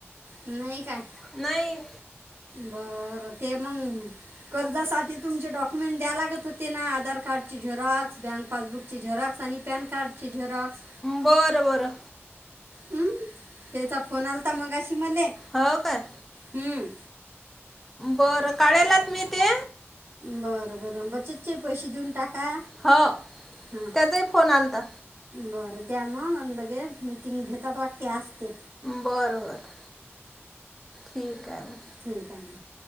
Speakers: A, on the right; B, in the centre.
A: नाही काय
B: नाही.
A: बरं ते मगं कर्जासाठी तुमचे डॉक्युमेंट द्या लागत होते ना आधार कार्डची झेराॅक्स, बँक पासबुकची झेराॅक्स आणि पॅन कार्डची झेरॉक्स
B: बरं बरं
A: हम्म त्याचा फोन आलाता मगाशी मले
B: हो काय?
A: हम्म.
B: बरं काढल्यात मी ते
A: बर- बर बचतचे पैसेे देऊन टाका.
B: हो
A: हां
B: त्याचाही फोन आलता
A: बरं द्या मग लगेच मिटिंग घेतात वाटतेे आज ते
B: बरं -बरं ठीक आहे म
A: ठीक आहे म